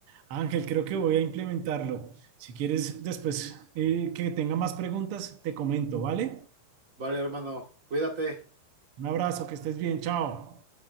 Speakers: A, on the right; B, on the right.
A: Ángel, creo que voy a implementarlo. Si quieres, después eh, que tenga más preguntas, te comento, ¿vale?
B: Vale, hermano, cuídate.
A: Un abrazo, que estés bien, chao.